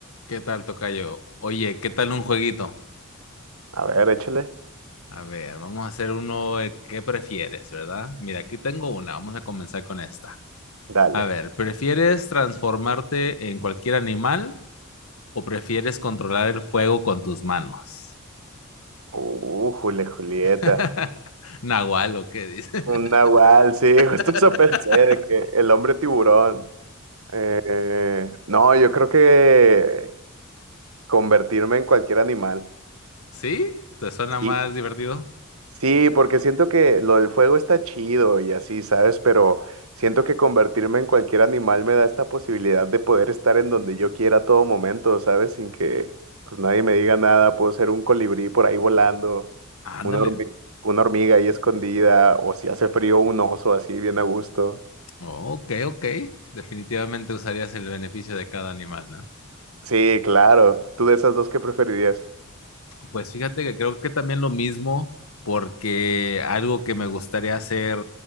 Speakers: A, on the left; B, on the right.
A: ¿Qué tal, tocayo? Oye, ¿qué tal un jueguito?
B: A ver, échale.
A: A ver, vamos a hacer uno, eh, ¿qué prefieres, verdad? Mira, aquí tengo una, vamos a comenzar con esta.
B: Dale.
A: A ver, ¿prefieres transformarte en cualquier animal o prefieres controlar el fuego con tus manos?
B: Uh, Jule, Julieta.
A: <laughs> Nahual, ¿o qué dice?
B: Un nahual, sí,
A: <laughs>
B: <laughs> justo eso pensé, de que el hombre tiburón. Eh, no, yo creo que convertirme en cualquier animal.
A: ¿Sí? ¿Te suena
B: Sí,
A: más divertido?
B: Sí, porque siento que lo del fuego está chido y así, ¿sabes? Pero siento que convertirme en cualquier animal me da esta posibilidad de poder estar en donde yo quiera a todo momento, ¿sabes? Sin que pues nadie me diga nada. Puedo ser un colibrí por ahí volando,
A: Ándale.
B: una hormi- una hormiga ahí escondida, o si hace frío, un oso así bien a gusto.
A: Oh, ok, ok. Definitivamente usarías el beneficio de cada animal, ¿no?
B: Sí, claro. ¿Tú de esas dos qué preferirías?
A: Pues fíjate que creo que también lo mismo, porque algo que me gustaría hacer,